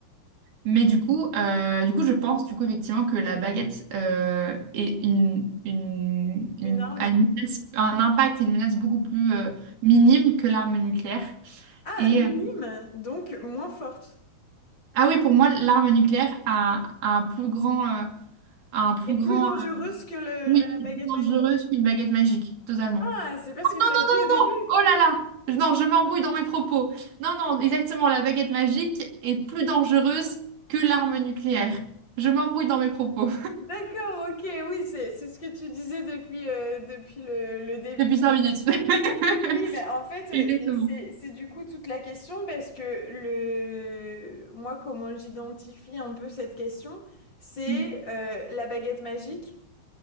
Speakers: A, on the right (about 75°); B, on the left (about 30°).
A: Mais du coup, euh, du coup, je pense du coup effectivement que la baguette euh, est une, une, une-
B: Une arme?
A: a une menace- un impact et une menace beaucoup plus euh, minime que l'arme nucléaire.
B: Ah,
A: Et
B: minime,
A: euh,
B: donc moins forte
A: ah oui, pour moi, l'arme nucléaire a, a un plus grand, euh, a un plus
B: et
A: grand,
B: plus dangereuse
A: euh,
B: que le-
A: oui,
B: la
A: est
B: baguette
A: plus dangereuse
B: magique.
A: qu'une baguette magique, totalement.
B: Ah, c'est pas ce que
A: Non,
B: tu as
A: non,
B: dit
A: non,
B: au début.
A: non, non! Oh là là! Non, je m'embrouille dans mes propos. Non, non, exactement, la baguette magique est plus dangereuse que l'arme nucléaire. Je m'embrouille dans mes propos.
B: D'accord, ok, oui, c'est c'est ce que tu disais depuis, euh, depuis le, le début.
A: Depuis cinq minutes. <laughs>
B: Oui, ben en fait, euh,
A: Exactement.
B: mais c'est c'est du coup toute la question parce que le moi comment j'identifie un peu cette question, c'est
A: Mm,
B: euh, la baguette magique.